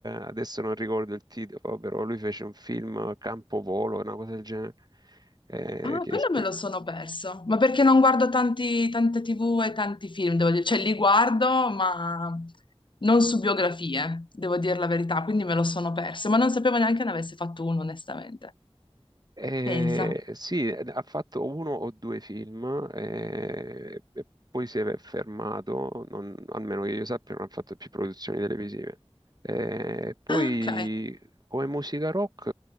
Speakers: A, on the right; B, on the left.
A: adesso non ricordo il titolo, però lui fece un film Campovolo, una cosa del genere, eh,
B: Ah,
A: che
B: quello
A: spe-
B: me lo sono perso, ma perché non guardo tanti, tante TV e tanti film, devo dire, cioè li guardo, ma non su biografie, devo dire la verità, quindi me lo sono perso, ma non sapevo neanche ne avesse fatto uno, onestamente.
A: Eh,
B: Pensa.
A: sì, eh, ha fatto uno o due film eh, e poi si è fermato, non- almeno che io sappia, non ha fatto più produzioni televisive. Eh, poi
B: Ah, ok.
A: come musica rock